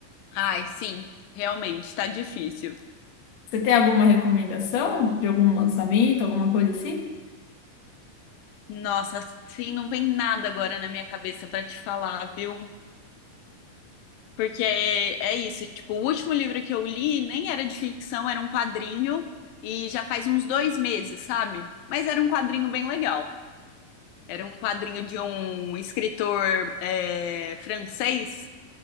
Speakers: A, on the left; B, on the left.
A: Ai, sim, realmente, tá difícil.
B: Você tem alguma recomendação de algum lançamento, alguma coisa assim?
A: Nossa, sim, não vem nada agora na minha cabeça pra te falar, viu? Porque é, é isso, tipo, o último livro que eu li nem era de ficção, era um quadrinho e já faz uns dois meses, sabe? Mas era um quadrinho bem legal. Era um quadrinho de um escritor é, francês